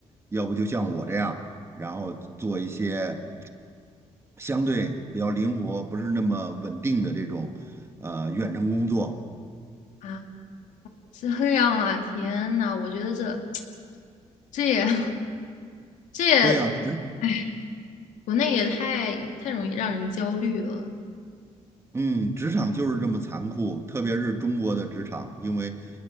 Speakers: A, on the right; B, on the left.
A: 要不就像我这样，然后做一些相对比较灵活、不是那么稳定的这种呃远程工作。
B: 啊，这样啊，天呐，我觉得这 <tsk> 这也 <laughs> 这也，
A: 对呀，职，
B: 哎，国内也太太容易让人焦虑了。
A: 嗯，职场就是这么残酷，特别是中国的职场，因为